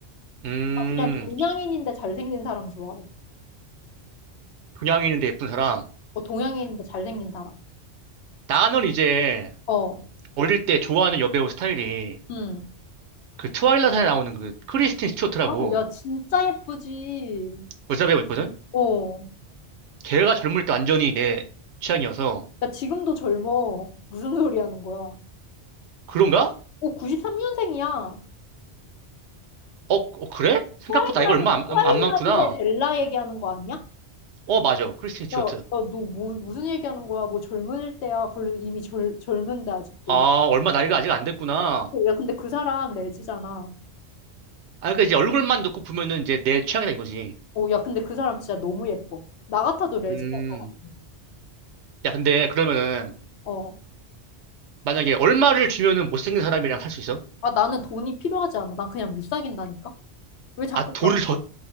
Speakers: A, on the right; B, on the left.
A: 음,
B: 나 그냥 동양인인데 잘생긴 사람 좋아해.
A: 동양인인데 예쁜 사람.
B: 어 동양인인데 잘생긴 사람.
A: 나는 이제
B: 어.
A: 어릴 때 좋아하는 여배우 스타일이
B: 음.
A: 그 트와일라이트에 나오는 그 크리스틴 스튜어트라고
B: 아, 야, 진짜 예쁘지.
A: 여자 배우 있거든?
B: 어.
A: 걔가 젊을 때 완전히 내 취향이어서
B: 야, 지금도 젊어. 무슨 소리 하는 거야?
A: 그런가?
B: 오, 93년생이야.
A: 어, 어, 그래? 생각보다
B: 트와일라이,
A: 나이가 얼마 안, 안-
B: 트와일라이트의
A: 안 많구나.
B: 벨라 얘기하는 거 아니야?
A: 어, 맞아. 크리스틴 스튜어트.
B: 야, 야, 너 뭐, 무슨 얘기하는 거야? 뭐 젊을 때야. 별로 이미 젊, 젊은데, 아직도.
A: 아, 얼마 나이가 아직 안 됐구나.
B: 야, 근데 그 사람 레즈잖아.
A: 아, 그러니까 이제 얼굴만 놓고 보면은 이제 내 취향이다 이거지.
B: 어, 야, 근데 그 사람 진짜 너무 예뻐. 나 같아도 레즈인
A: 음.
B: 것 같아.
A: 야, 근데 그러면은
B: 어.
A: 만약에 얼마를 주면은 못생긴 사람이랑 살 수 있어?
B: 아, 나는 돈이 필요하지 않아. 난 그냥 못 사귄다니까? 왜 자꾸
A: 아, 돈을 더,